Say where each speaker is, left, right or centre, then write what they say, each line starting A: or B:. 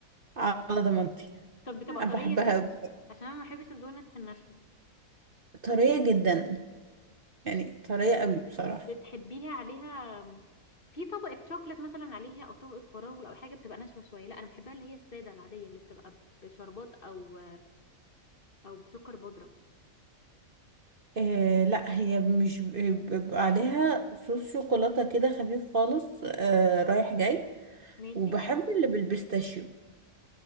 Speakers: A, on the right; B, on the left.
A: على ضمانتي
B: طب بتبقى
A: انا
B: طريه
A: بحبها
B: كده
A: قوي
B: عشان انا ما بحبش الدونتس الناشفه
A: طرية جدا يعني طرية قوي بصراحة
B: بتحبيها عليها في طبقة شوكليت مثلا عليها او طبقة فراولة او حاجة بتبقى ناشفة شوية لا انا بحبها اللي هي السادة العادية اللي بتبقى بشربات او او بسكر بودرة
A: إيه لا هي مش بيبقى عليها صوص شوكولاتة كده خفيف خالص آه رايح جاي
B: ماشي
A: وبحب اللي بالبيستاشيو